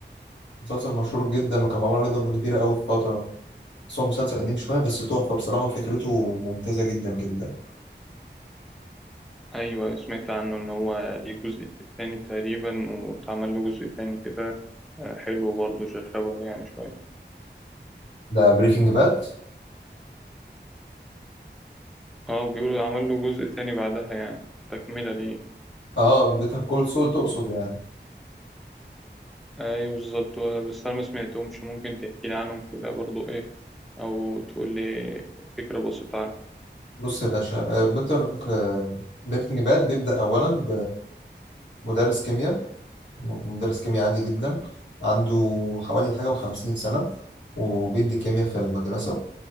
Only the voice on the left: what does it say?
مسلسل مشهور جدا وكان معمول عليه ضجة كبيرة أوي في فترة بس هو مسلسل قديم شوية بس تحفة بصراحة وفكرته ممتازة جدا جدا
ده بريكنج باد
اه بيتر كول سول تقصد يعني
بص يا باشا بيتر بريكنج باد بيبدأ أولا بمدرس كيمياء مدرس كيمياء عادي جدا عنده حوالي حاجة وخمسين سنة وبيدي كيمياء في المدرسة